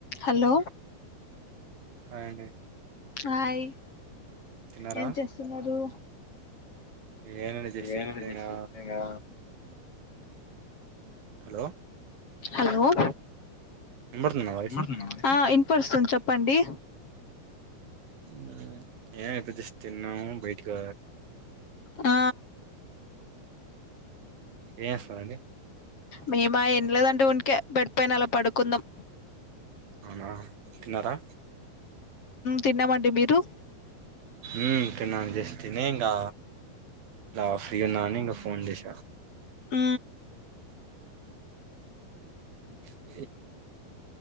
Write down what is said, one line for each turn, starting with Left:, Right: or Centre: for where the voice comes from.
Left: Hello
Right: hi అండి
Left: hi
Right: తిన్నారా
Left: ఏం చేస్తున్నారు
Right: ఏనండి జస్ట్
Left: ఏనుజషంగా
Right: ఇప్పుడు ఇంగా
Left: అ
Right: హలో
Left: హలో <inaudible>
Right: వినబడుతుందా నా వాయిస్
Left: <inaudible> పడుస్తుంది చెప్పండి
Right: ఉ ఏ ఎద్దదశ తిన్నము బయటికి
Left: ఆ
Right: ఏ స అడి
Left: మేము ఆ ఎంలదండే ఉంటిక పెడిపోయిన అలా పడుకుందాం
Right: అవునా తిన్నారా
Left: తిన్నామండి మీరు
Right: ఉ త న జస్ిన హంగా అలా అయ్యో నాన్న ఇంకా ఫోన్ చేసా
Left: ఆ
Right: అ